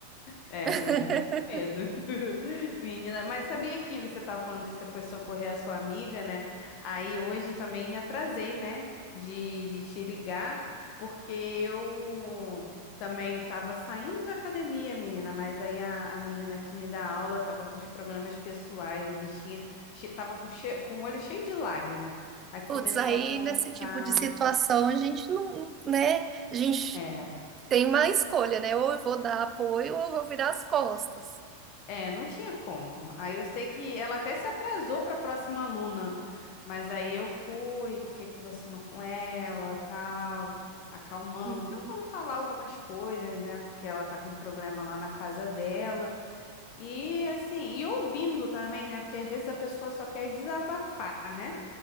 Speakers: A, on the left (about 45°); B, on the right (about 25°).
A: É,
B: <laughs>
A: eu morro de medo. <laughs> Menina, mas sabia que você estava falando que você foi socorrer a sua amiga, né? Aí hoje também me atrasei, né? De, de te ligar, porque eu também estava saindo da academia, menina, mas aí a, a menina que me dá aula estava com os problemas pessoais, a bichinha estava com, che- com o olho cheio de lágrima. Aí começou
B: putz, aí
A: a contar.
B: nesse tipo de situação a gente não, né? A gente
A: é.
B: tem uma escolha, né? Ou eu vou dar apoio ou eu vou virar as costas.
A: É, não tinha como. Aí eu sei que ela até se atrasou para a próxima aluna, mas aí eu fui, fiquei conversando com ela, tal, acalmando,
B: Uhum.
A: tentando falar algumas coisas, né? Porque ela tá com um problema lá na casa dela. E assim, e ouvindo também, né? Porque às vezes a pessoa só quer desabafar, né?